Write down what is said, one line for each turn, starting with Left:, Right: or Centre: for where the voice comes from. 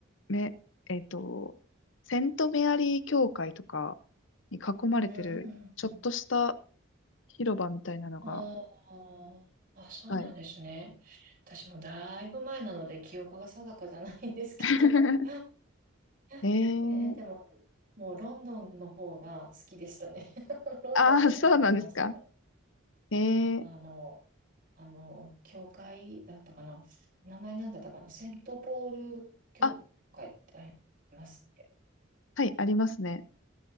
Left: め、えっと、セントメアリー教会とかに囲まれてる、
Right: うん
Left: ちょっとした
Right: うん
Left: 広場みたいなのが、
Right: ああ、あ、そうなんですね。
Left: はい。
Right: 私もだいぶ前なので記憶が定かじゃないんですけど、
Left: <laughs> えー、
Right: <laughs> えーでも、もうロンドンの方が好きでしたね。<laughs> ロンドンばっかり行ってましたね。
Left: ああ、そうなんですか。えー、
Right: あの、あの、教会だったかな。名前なんだったかな。セントポール教会ってありますっけ。
Left: あ、はい、ありますね。